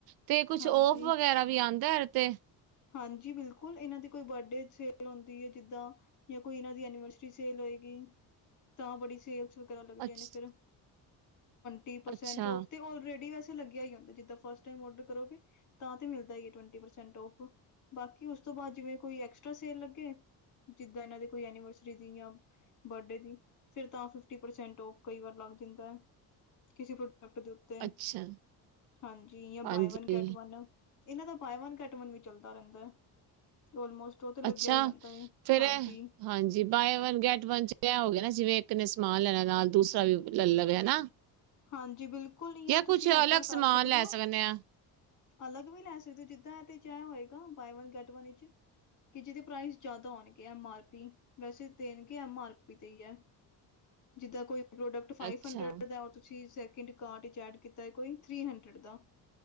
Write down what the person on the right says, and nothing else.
ਤੇ ਕੁਛ
ਓਫ ਵਗੈਰਾ ਵੀ ਆਉਂਦਾ ਯਾਰ ਤੇ
ਅੱਛ
ਅੱਛਾ
ਅੱਛਾ
ਹਾਂਜੀ
ਅੱਛਾ
ਫੇਰ
ਇਹ ਹਾਂਜੀ ਬਾਏ ਵਨ ਗੈਟ ਵਨ 'ਚ ਇਹ ਹੋ ਗਿਆ ਨਾ ਜਿਵੇਂ ਇੱਕ ਨੇ ਸਮਾਨ ਲੈਣਾ ਨਾਲ ਦੂਸਰਾ ਵੀ ਲੈ ਲਵੇ ਹਨਾ।
ਜਾਂ
ਕੁਛ
ਅਲੱਗ ਸਮਾਨ
ਲੈ
ਹਾਂ
ਅੱਛਾ